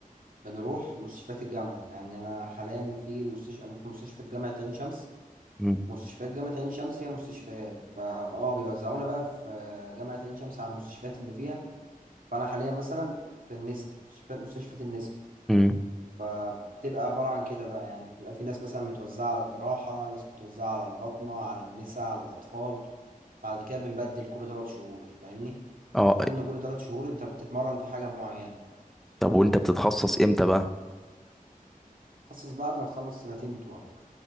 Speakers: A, on the right; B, in the centre.
A: بنروح مستشفيات الجامعة يعني أنا حاليا في مستشفى أنا في مستشفى جامعة عين شمس
B: مم.
A: مستشفيات جامعة عين شمس هي مستشفيات فا اه بيوزعونا بقى في آه، جامعة عين شمس على المستشفيات اللي فيها فأنا حاليا مثلا في النسا مستشفى مستشفى النسا
B: مم.
A: فبتبقى عبارة عن كده بقى يعني بيبقى في ناس مثلا متوزعة على الجراحة ناس متوزعة على الباطنة على النسا على الأطفال بعد كده بنبدل كل تلات شهور فاهمني
B: اه
A: فالمفروض إن كل تلات شهور أنت بتتمرن في حاجة معينة
B: طب وانت بتتخصص امتى بقى
A: تخصص بعد ما تخلص السنتين بتوعك